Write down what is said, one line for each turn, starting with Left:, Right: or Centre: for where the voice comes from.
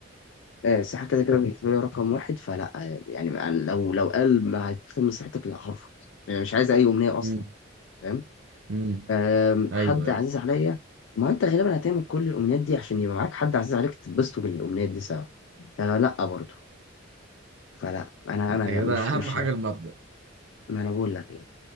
Left: آه، الصحه كده كده بالنسبه لي رقم واحد فلا آه، يعني مع- لو لو قال ما هتهتم بصحتك لا هرفض يعني مش عايز اي امنيه اصلا
Right: امم
Left: فاهم
Right: امم
Left: آم،
Right: ايوه
Left: حد
Right: ايوه
Left: عزيز عليا ما انت غالبا هتعمل كل الامنيات دي عشان يبقى معاك حد عزيز عليك تتبسطوا بالامنيات دي سوا فلا برضه فلا انا
Right: انت
Left: انا
Right: كده
Left: مش
Right: اهم
Left: مش
Right: حاجة المبدأ
Left: ما انا بقول لك يعني